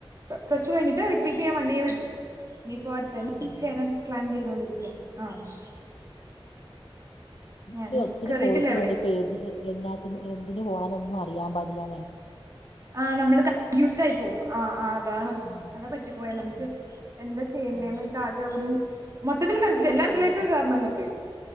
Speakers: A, on the right; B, on the left.
A: പ്ലസ് ടു കഴിഞ്ഞിട്ട് റി റിപ്പീറ്റ് ചെയ്യാൻ വൺ ഇയർ എടുത്തു. ഇനിയിപ്പോ അടുത്തേന്
B: അതെല്ലേ
A: ചേരാൻ പ്ലാൻ ചെയ്തൊണ്ടിരി <unintelligible> ഞാനും
B: ഇനി ഒത്തിരി
A: കേറിയിട്ടില്ല
B: കോഴ്സുകളുണ്ട്
A: എവിടേം
B: ഇപ്പോ, ഏത് എന്നാ എന്തിന് പോണോന്നൊന്നും അറിയാൻ പാടില്ലാന്നെ.
A: ആ, നമ്മള് കൺഫ്യൂസ്ഡ് ആയി പോകും. ആ, ആ അതാണ്
B: ആ
A: അതാ പറ്റിപ്പോയെ നമുക്ക്
B: ഉം.
A: എന്താ ചെയ്യണ്ടേന്നൊക്കെ
B: ആ
A: ആകെ ഒരു മൊത്തത്തിൽ കൺഫ്യൂഷൻ എല്ലായിടത്തിലേക്കും
B: ഭയങ്കര
A: കേറണന്നുണ്ട്.